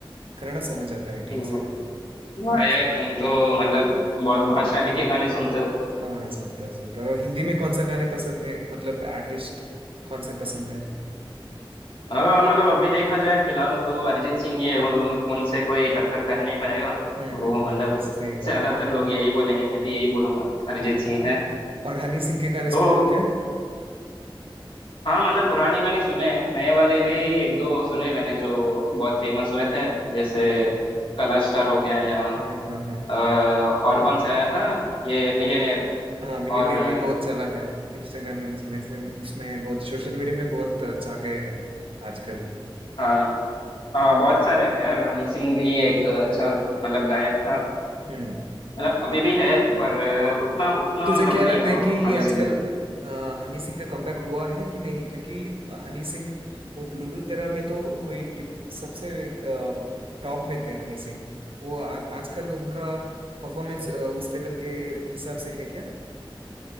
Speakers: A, on the right (about 80°); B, on the left (about 65°).
A: कन्नड़ा समझ आता है ठीक
B: हम्म।
A: से
B: वाह
A: और
B: यार
A: तु-
B: तुम तो मतलब बहुत भाषाएं के गाने सुनते हो
A: हाँ सुनता सुनता और हिंदी में कौन सा गाने पसंद है मतलब आर्टिस्ट कौन से पसंद है
B: हाँ मतलब अभी देखा जाए फिलहाल तो अरिजीत सिंह ही है
A: हम्म
B: उन उन- उनसे कोई टक्कर कर नहीं पाएगा
A: हम्म
B: तो
A: हम्म,
B: मतलब
A: सही बात
B: ज्यादातर लोग यही बोलेंगे मैं भी यही बोलूंगा अरिजीत
A: हम्म
B: सिंह है
A: और हनी सिंह के गाने सुनते
B: तो
A: हो क्या
B: हाँ मतलब पुराने गाने सुने हैं नए वाले भी एक दो सुने मैंने जो बहुत फेमस हुए थे जैसे
A: हाँ
B: कला स्टार हो गया या
A: हाँ हाँ हाँ हाँ
B: अ, और कौन सा आया था ये मिलियनेयर
A: हाँ मिलीनियर
B: और अ,
A: भी बहुत चला है इंस्टाग्राम उसमें बहुत सोशल मीडिया में बहुत छा गए हैं आजकल
B: हाँ हाँ बहुत सारे हैं यार हनी सिंह भी एक अच्छा मतलब गायक था
A: हम्म
B: मतलब अभी भी है पर उतना उतना
A: तो तुझे क्या
B: दम
A: लगता
B: नहीं रहा
A: है कि
B: हनी
A: आजकल
B: सिंह में
A: अ, हनी सिंह का कमबैक हुआ है कि नहीं क्योंकि हनी सिंह वो ब्लूटूथ तेरा में तो कोई डिफ- सबसे एक टॉप में थे हनी सिंह वो आ, आजकल उनका परफॉर्मेंस उस लेवल के हिसाब से है क्या